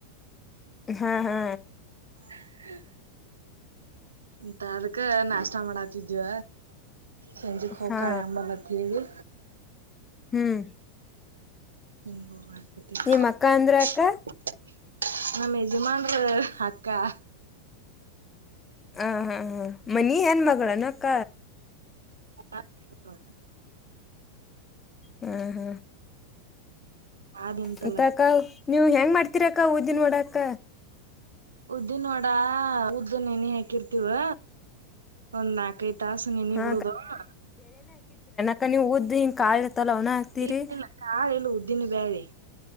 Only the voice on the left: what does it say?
ಹಾ ಹಾ
ಹಾ
ಹ್ಮ್.
ನಿಮ್ ಅಕ್ಕ ಅಂದ್ರ ಅಕ್ಕ
ಹ ಹಾ ಹಾ ಮನಿ ಹೆಣ್ಣ ಮಗಳ ಏನ್ ಅಕ್ಕ.
ಹ ಹ.
ಮತಕ್ಕಾ ನೀವ್ ಹೆಂಗ್ ಮಾಡ್ತಿೀರಕ್ಕ ಉದ್ದಿನ ವಡಾಕ್ಕ.
ಹಾ
ಅಕ ನೀವ ಉದ್ದ ಹಿಂಗ ಕಾಳ ಇರ್ತ್ತಲ್ಲ ಅವನ ಹಾಕ್ತರಿ.